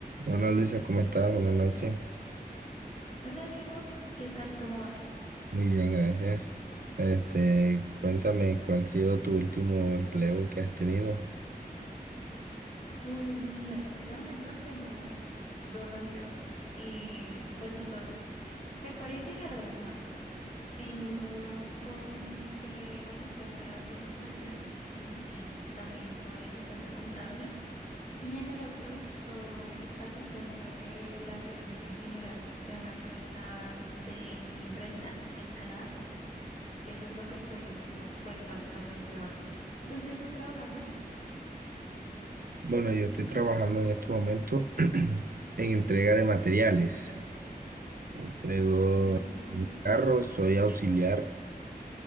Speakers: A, on the right; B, on the left.
A: Hola Luisa, ¿cómo estás? Buenas noches.
B: Hola Diego, ¿qué tal? ¿Cómo vas?
A: Muy bien, gracias. Este, cuéntame cuál ha sido tu último empleo que has tenido.
B: Pues mira, en este momento tengo dos empleos y pues los dos se parecen y a la vez no. En uno soy eh, asistente de administración y también soy asistente contable y en el otro soy asistente de la gerencia general de una empresa de imprenta en Canadá. Eso es lo que estoy haciendo pues básicamente ahora. ¿Tú en qué estás trabajando?
A: Bueno, yo estoy trabajando en este momento <clears throat> en entrega de materiales. Entrego
B: Ujú.
A: un carro, soy auxiliar